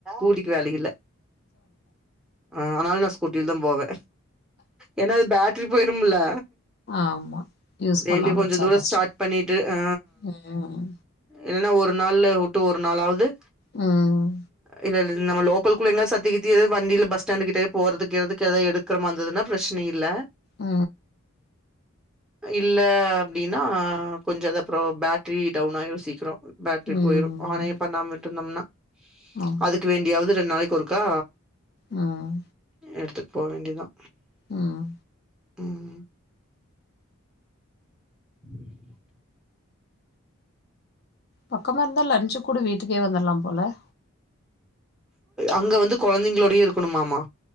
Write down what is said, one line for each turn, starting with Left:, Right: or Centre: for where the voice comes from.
Centre: ஊட்டிக்கு வேலை இல்ல ஆ அதனால நா ஸ்கூ இல் தா போவே ஏன்னா அது பேட்ரி போயிருமில்ல
Left: ஆமா யூஸ்
Centre: டெய்லி
Left: பண்ணாம
Centre: கொஞ்ச
Left: வச்சா
Centre: தூரோ
Left: கஷ்டோ
Centre: ஸ்டார்ட் பண்ணிட்டு ஆ
Left: ம்
Centre: இல்ல ஒரு நாள்ல் விட்டு ஒரு நாளாவுது
Left: உம்
Centre: இல்ல இல்ல நம்ம லோக்கல் குள்ள எங்க சத்தி கித்தி ஏதது வண்டியில பஸ்டாண்டு கிட்டயே போறதுக்கு எதுக்கு எடு க்கிரமா வந்ததுன்னா பிரச்சன இல்ல
Left: ஆ
Centre: இல்ல அப்டின்னா கொஞ்சது அப்றோ பேட்ரி டவுன் ஆயிரும் சீக்கரோ பேட்டரி
Left: ம்
Centre: போயிரும் ஆனே பண்ணாம விட் இருந்தோம்னா
Left: ஆமா
Centre: அதுக்கு வேண்டியாவது ரெண்டு நாளைக்கு ஒருக்கா
Left: ம்
Centre: எடுத்துட்டு போ வேண்டியதா
Left: ம்
Centre: உம் <inaudible>
Left: பக்கமா இருந்தா லன்ஞ்சு கூட வீட்டுக்கே வந்துரலாம் போல
Centre: அங்க வந்து கொழந்தைங்களோடயே இருக்கணுமாமா